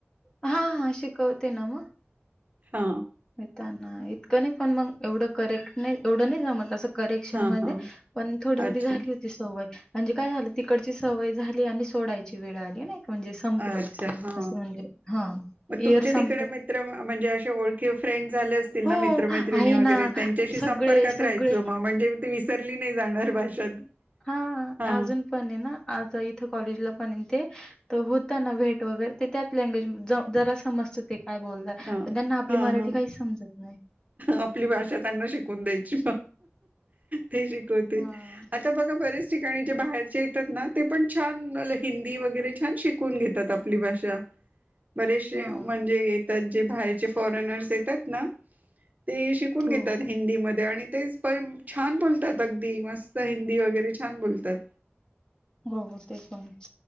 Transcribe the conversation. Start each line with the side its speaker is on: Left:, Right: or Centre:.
Left: हा हा शिकवते ना मग
Right: हा
Left: येताना इतकं नाही पण मग एवढं करेक्ट नाही एवढं नाही ज मत असं.. करेक्शन
Right: हा
Left: मध्ये
Right: हा
Left: पण थोडी थोडी
Right: अच्छा
Left: झाली होती सवय... म्हणजे काय झालं तिकडची सवय झाली आणि सोडायची वेळ आली नाही. म्हणजे संपलं.
Right: अच्छा हा
Left: असं म्हणजे हां.
Right: मग तुमचे
Left: इयर संपत
Right: तिकडे मित्र म्हणजे असे ओळखी... फ्रेंड झाले असतील
Left: हो,
Right: ना मित्रमैत्रिणी
Left: आहे
Right: वगैरे
Left: ना.
Right: त्यांच्याशी
Left: सगळे,
Right: संपर्कात
Left: सगळे
Right: राहायचं मग म्हणजे ती विसरली नाही... जाणार भाषात...
Left: हा
Right: हा
Left: अजून पण आहे ना आज इथं कॉलेजला पण ये ते... तर होता ना भेट वगैरे ते त्याच लँग्वेज जरा समजत ते.. काय बोलतात
Right: हा
Left: पण त्यांना आपली
Right: हा
Left: मराठी
Right: हा
Left: काही समजत नाही
Right: आपली भाषा त्यांना शिकून द्यायची. ते शिकवतील
Left: हां,
Right: आता बघा बरेच.. ठिकाणी जे बाहेरचे येतात ना ते पण छान हिंदी वगैरे छान शिकून घेतात आपली भाषा... बरेचसे
Left: हां.
Right: म्हणजे येतात जे बाहेरचे फॉरेनर्स येतात ना.. ते शिकून
Left: हो.
Right: घेतात हिंदीमध्ये आणि... तेच पण छान बोलतात अगदी मस्त हिंदी वगैरे छान बोलतात.
Left: हो हो. ते पण.